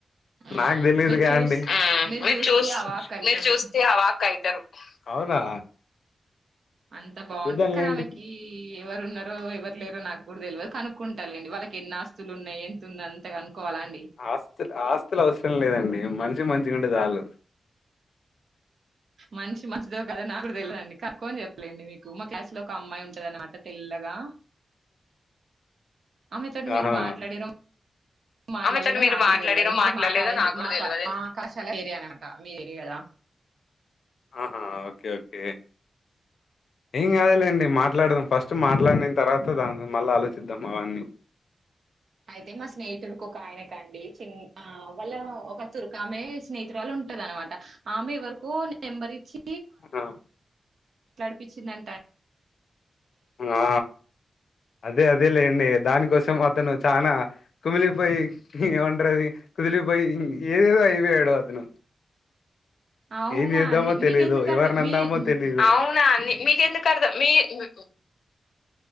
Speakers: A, on the right; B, on the left.
A: మ్మ్
B: నాకు తెలీదుగా
A: మీరు చూస్
B: అండి మీరు
A: చూస్తే
B: చూ
A: అవాక్ అయితారు
B: మీరు చూస్తే అవాక్క అవుతారు అవునా
A: అంత బాగుంటది
B: చూద్దాంలేండి
A: కానీ ఆమెకి ఎవరున్నారో ఎవరు లేరు నాకు కూడా తెలవదు కనుకుంటా లేండి వాళ్ళకి ఎన్ని ఆస్తులు ఉన్నాయి ఎంతఉంది అంత కనుక్కోవాలా అండి
B: ఆస్తు ఆస్తులు అవసరం లేదండి మనిషి మంచిగా ఉంటే చళ్ళు
A: మనిషి మంచిదో కాదో నాకుడ తెలిదండి కనుక్కొని చెప్పత లేండి మీకు మా క్లాస్ లో ఒక అమ్మాయి ఉంటద అనమాట తెల్లగా ఆమె త
B: ఆహా
A: మీరు మాట్లాడిన మాట్లాడలేదో
B: ఆమెతోటి మీరు
A: నాకు
B: మాట్లాడిరో
A: కూడా తెలియదు ఎందుకంటే
B: మాట్లాడలేదో
A: మా కాలేజీ
B: నాకు కూడా
A: మా
B: తెలవదు
A: కళాశాల ఏరియా అనమాట మీరేగాధ
B: ఆహా ఓకే ఓకే ఏం గాదులేండి మాట్లాడదాం ఫస్ట్ మాట్లాడిన తర్వాత దాని మళ్ళీ ఆలోచిద్దాం అవన్నీ
A: అయితే మా స్నేహితుడికి ఒక ఆయనకండి చి న్న హా వళ్ళ ఒక తురకమే స్నేహితురాలు ఉంటది అన్న మాట ఆమె ఎవరికో నెంబర్ ఇచ్చి
B: ఆహా.
A: నడిపిచిందంటా.
B: ఆ అదే అద్. అదే లేండి దానికోసం అతను చానా కుమిలిపోయి ఏమంటారది కుదిలిపోయి ఏదేదో అయిపోయాడు అతను.
A: అవునా
B: ఏం చేద్దామో
A: ని
B: తెలీదు
A: మీకెందుకు
B: ఎవర్ణందమో
A: అర్థం మీ హ్మ్.
B: తెలిదు.
A: హ్మ్.
B: కర్ద మీ.. ఊ ఊ...